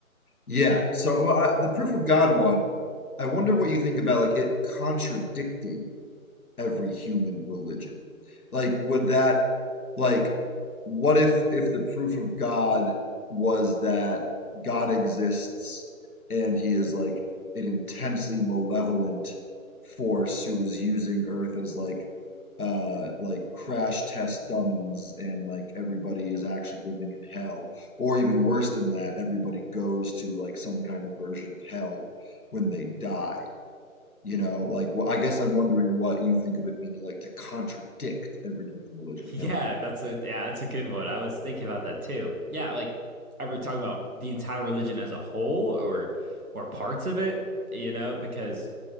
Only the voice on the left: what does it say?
yeah. So well, I, the proof of God one, I wonder what you think about like it contradicting every human religion? Like, would that, like, what if if the proof of God was that God exists and he is like an intensely malevolent force who is using Earth as like uh like crash test dummies and like everybody is actually living in hell. Or even worse than that, everybody goes to like some kind of version of hell when they die. You know, like, well, I guess I'm wondering what you think of it meaning like to contradict every human religion, you
know?